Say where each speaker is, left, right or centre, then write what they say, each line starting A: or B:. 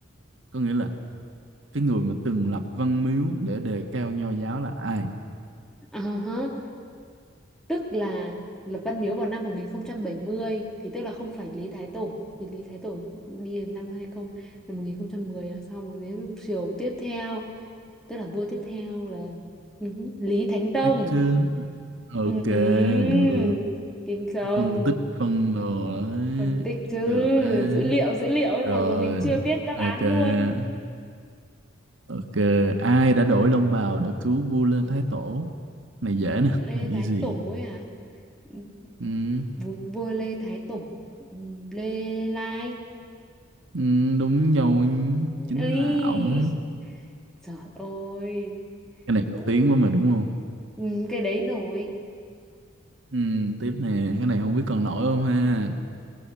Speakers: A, on the right; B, in the centre.
A: Có nghĩa là cái người mà từng lập văn miếu để đề cao nho giáo là ai?
B: Ờ hớ. tức là lập Văn Miếu vào năm một nghìn không trăm bảy mươi thì tức là không phải Lý Thái Tổ vì Lý Thái Tổ đi đến năm 20 năm một nghìn không trăm mười là xong rồi đến triều tiếp theo tức là vua tiếp theo là ừ hứ, Lý Thánh Tông
A: Ai cứ ok
B: Ừm,
A: được
B: kinh không
A: phân tích phân đồ đấy
B: phân tích chứ
A: được đấy
B: dữ liệu dữ liệu ấy
A: rồi
B: mặc dù mình chưa biết đáp án
A: ok
B: luôn
A: ok ai đã đổi long bào để cứu vua Lê Thái Tổ này dễ
B: <laughs>
A: nè
B: Lê
A: này
B: Thái
A: easy
B: Tổ ấy à <laughs>
A: ừ.
B: vua, vua Lê Thái Tổ Ừm, Lê Lai
A: Ừ, đúng rồi chính
B: ấy
A: là ổng
B: trời ơi
A: cái này nổi
B: cũng
A: tiếng quá mà đúng không
B: ừm, cái đấy nổi
A: ừ, tiếp
B: Ừm,
A: nè cái này không biết còn nổi không ha